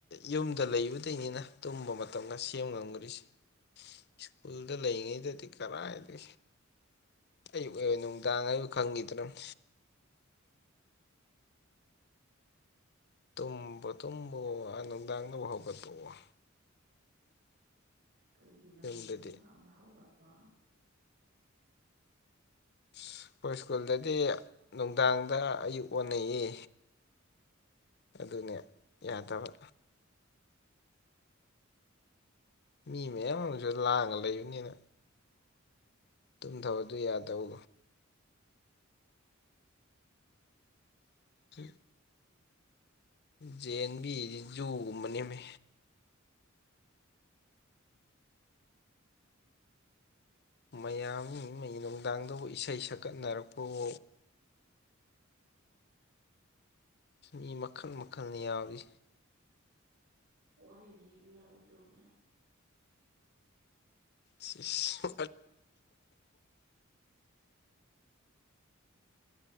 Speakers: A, on the left (about 55°); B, on the right (about 55°).
A: ꯌꯨꯝꯗ ꯂꯩꯕꯗꯩꯅꯤꯅ ꯇꯨꯝꯕ ꯃꯇꯝꯗ ꯁꯦꯝ ꯉꯝꯗꯣꯔꯤꯁꯦ ꯁ꯭ꯀꯨꯜꯗ ꯂꯩꯉꯩꯗꯗꯤ ꯀꯔꯥꯏꯗꯤ ꯑꯌꯨꯛ ꯑꯩ ꯑꯣꯏꯅ ꯅꯨꯡꯗꯥꯡ ꯍꯥꯏꯕꯨ ꯈꯪꯈꯤꯗ꯭ꯔꯅꯦ ꯇꯨꯝꯕ ꯇꯨꯝꯕ ꯅꯨꯡꯗꯥꯡꯅꯕ ꯍꯧꯒꯠꯄꯑꯣ
B: ꯀꯩꯒꯤ ꯅꯪꯗꯤ
A: ꯌꯨꯝꯗꯗꯤ
B: ꯅꯨꯡꯗꯥꯡꯗ ꯍꯧꯒꯠꯄ
A: ꯑꯩꯈꯣꯏ ꯁ꯭ꯀꯨꯜꯗꯗꯤ ꯅꯨꯡꯗꯥꯡꯗ ꯑꯌꯨꯛ ꯑꯣꯟꯅꯏ ꯑꯗꯨꯅꯦ ꯌꯥꯗꯕ ꯃꯤ ꯃꯌꯥꯝ ꯑꯃꯁꯨ ꯂꯥꯡꯉ ꯂꯩꯕꯅꯤꯅ ꯇꯨꯝꯊꯕꯗꯨ ꯌꯥꯗꯧ ꯍ ꯖꯟ ꯕꯤ ꯖꯨꯒꯨꯝꯕ ꯅꯦꯝꯃꯤ ꯃꯌꯥꯝ ꯅꯨꯡꯗꯥꯡꯗꯕꯨ ꯏꯁꯩ ꯁꯛꯀꯠꯅꯔꯛꯄꯕꯨ ꯃꯤ ꯃꯈꯜ ꯃꯈꯜꯅ ꯌꯥꯎꯔꯤ
B: ꯋꯥꯔꯤꯔ ꯂꯤꯕꯤꯚꯏ ꯇꯃꯦ
A: ꯁꯤꯁ